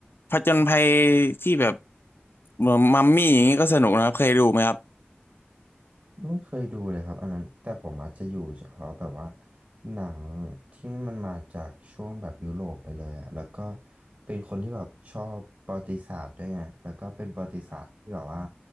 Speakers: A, on the left; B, on the right.
A: ผจญภัยที่แบบเหมือนมัมมี่อย่างนี้ก็สนุกนะครับเคยดูไหมครับ
B: ไม่เคยดูเลยครับอันนั้นแต่ผมอาจจะอยู่เฉพาะแบบว่าหนังที่มันมาจากช่วงแบบยุโรปไปเลยอะแล้วก็เป็นคนที่แบบชอบประวัติศาสตร์ด้วยไงแล้วก็เป็นประวัติศาสตร์ที่แบบว่า